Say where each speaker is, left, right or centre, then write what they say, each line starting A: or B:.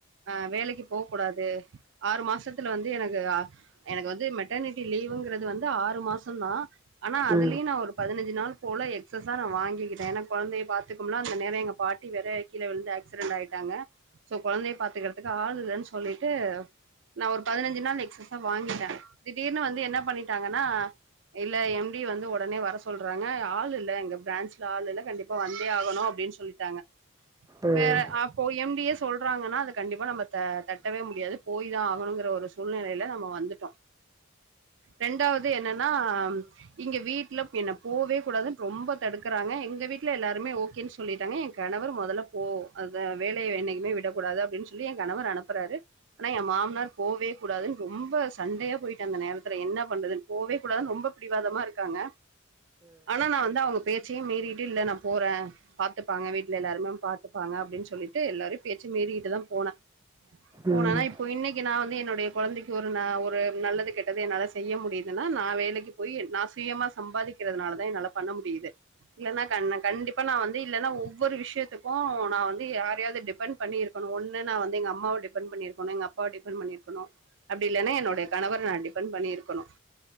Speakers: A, on the right; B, on the right.
A: ஆ வேலைக்கு போக்கூடாது ஆறு மாசத்துல வந்து எனக்கு எனக்கு வந்து மெட்டானிட்டி லீவ் ங்கிறது வந்து ஆறு மாசந்தா ஆனா அதுலியு
B: ம் ம்
A: நா ஒரு பதினஞ்சு நாள் போல எக்சஸா நா வாங்கிகிட்டே ஏனா கொழந்தைய பாத்துக்கும்ல அந்த நேர எங்க பாட்டி வேற கீழ விழுந்து ஏக்சிரெண்ட் ஆயிட்டாங்க சோ கொழந்தைய பாத்துக்கறதுக்கு ஆள் இல்லன் சொல்லீட்டு நா ஒரு பதினஞ்சு நாள் எக்ஸர்ஸா வாங்கிட்டே திடீர்னு வந்து என்ன பண்ணிட்டாங்கன்னா இல்ல எம் டி வந்து ஒடனே வர சொல்றாங்க ஆள் இல்ல எங்க பிரான்சில ஆள் இல்ல கண்டிப்பா வந்தே ஆகணு அப்டின் சொல்லிட்டாங்க
B: ம்
A: வேற அப்போ எம் டி சொல்றாங்கன்னா அது கண்டிப்பா நம்ம த தட்டவே முடியாது போய் தா ஆகணுங்கிற ஒரு சூழ்நெலைல நாம வந்துட்டோ ரெண்டாவது என்னன்னா இங்க வீட் <unintelligible> என்ன போவே கூடாதுன் ரொம்ப தடுக்கறாங்க எங்க வீட்ல எல்லாருமே ஓகே சொல்லி ட்டாங்க என் கணவர் மொதல்ல போ அந்த வேலய என்னைக்குமே விடக்கூடாது அப்டின்னு சொல்லி என் கணவர் அனுப்பறாரு ஆனா என் மாமனார் போவே கூடாதுன்னு ரொம்ப சண்டயா போயிட்டு அந்த நேரத்துல என்ன பண்றதுன்னு போவே கூடதுன்னு ரொம்ப பிடிவாதமா இருக்காங்க ஆனா நா வந்து அவங்க பே ச்சியும் மீறிட்டு இல்ல நா போறேன் பாத்துப்பாங்க வீட்ல எல்லாருமே பாத்துப்பாங்க அப்டின்னு சொல் லிட்டு எல்லாரையும் பேச்சு மீறிட்டு தா போனேன் போனனா
B: ம்
A: இப்ப இன்னைக்கு நா வந்து என்னோடய கொழந்தைக்கு ஒரு ந ஒரு நல்லது கெட்டது என்னால செய்ய முடியுதுன்னா நா வேலைக்கு போய் நா சுயமா சம்பாதிக்கறதுனால தா என்னால பண்ண முடியுது இல்லன்னா கண் கண்டிப்பா நா வந்து இல்லன்னா ஒவ்வொரு விஷயத்துக்கும் நா வந்து யாரயாது டிப்பன் பண்ணி இருக்கணும் ஒண்ணு நா வந்து எங்க அம்மாவ டிப்பன் பண்ணி இருக்கணும் எங்க அப்பாவ டிப்பன் பண்ணி இருக்கணும் அப்டி இல்லன்னா என்னோடய கணவர நா டிப்பன் பண்ணி இருக்கணும்